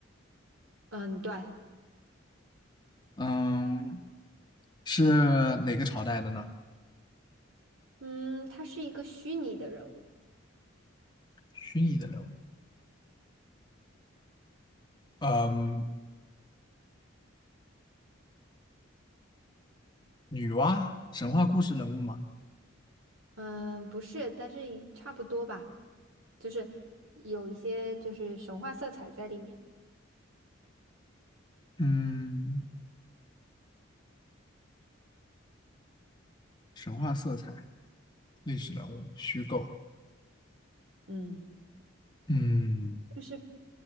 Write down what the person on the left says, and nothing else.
嗯，是哪个朝代的呢？
虚拟的人物。嗯，女娲，神话故事人物吗？
嗯，神话色彩，历史人物，虚构。
嗯，